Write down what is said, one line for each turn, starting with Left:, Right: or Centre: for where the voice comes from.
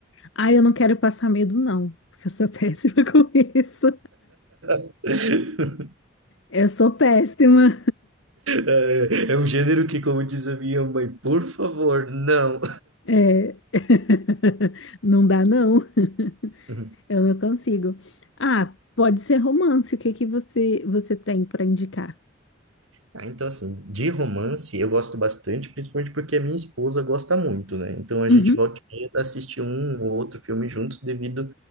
Left: Ah, eu não quero passar medo, não, porque eu sou <laughs> péssima com isso.
Right: <laughs>
Left: Eu sou péssima.
Right: É, é um gênero que, como diz a minha mãe, por favor, não.
Left: É. <laughs> Não dá, não. <laughs>
Right: <laughs>
Left: Eu não consigo. Ah, pode ser romance. O que que você, você tem pra indicar?
Right: Ah, então, assim, de romance eu gosto bastante, principalmente porque a minha esposa gosta muito, né? Então a
Left: Uhum,
Right: gente volta e meia assistir um ou outro filme juntos devido